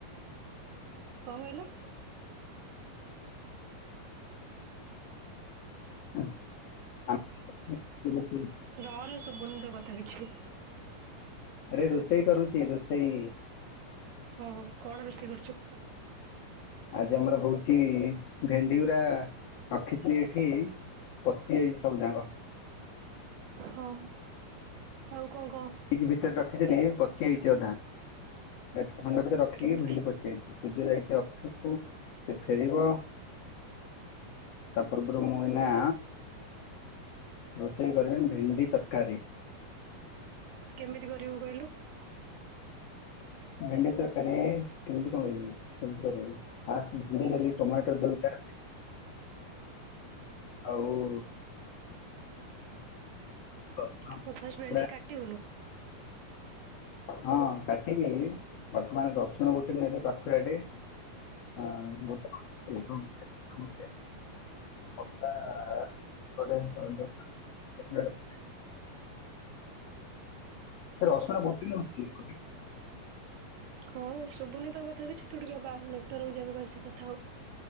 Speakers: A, on the right; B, on the left.
A: କଣ କହିଲ?
B: ହ ଆ। <inaudible>
A: ରହ ରେ ଶୁଭୁନି ତୋ କଥା କିଛି।
B: ଆରେ ରୋଷେଇ କରୁଛି ରୋଷେଇ।
A: ଓ ହୋ କଣ ରୋଷେଇ କରୁଛୁ?
B: ଆଜି ଆମର ହଉଛି ଭେଣ୍ଡିଗୁରା ରଖିଥିଲି ଏଠି ପଚି ଯାଇଛି ସବୁ ଯାକ।
A: ହଁ ଆଉ କଣ କହ?
B: ଭିତରେ ରଖିଥିଲି ପଚି ଯାଇଛି ଅଧା ଏତେ ଥଣ୍ଡା ଭିତରେ ରଖିକି
A: କେମିତି
B: ଭେଣ୍ଡି ପଚିଯାଇଛି। ପୂଜ ଯାଇଛି ଅଫିସକୁୁ ସେ ଫେରିବ। ତାପପରେ ପରେ ମୁଁ ଏଇ ନାଁ ରୋଷେଇ କରିବି ଭେଣ୍ଡି ତରକାରୀ।
A: କେମିତି କରିବୁ କହିଲୁ?
B: ଭେଣ୍ଡି ତରକାରୀ କେମିତି କରିବି କେମିତି କରିବି। ହ ଭିଣ୍ଡ ନେଲି ଟୋମାଟୋ ଦରକାର ଆଉ ରସୁଣ
A: ଆଉ ଫାଷ୍ଟ ଭେଣ୍ଡି କୁ କାଟିବୁନି।
B: ହଁ କାଟିବି ବର୍ତ୍ତମାନ ରସୁଣ ଗୋଟେ ନେଲେ ପାଖୁୁଡାଟେ। ହଁ। <unintelligible> ଅଦା ଆ ଗୋଟେ। <unintelligible> ସେ ରସୁଣା ଗୋଟି ନଉଛି। <inaudible>
A: ହଁ ସୁଭୁନି ତ କଥା କିଛି ତୁଟିକେ ନେଟୱର୍କ ଜାଗାକୁ ଆସିକି କଥା ହୋ।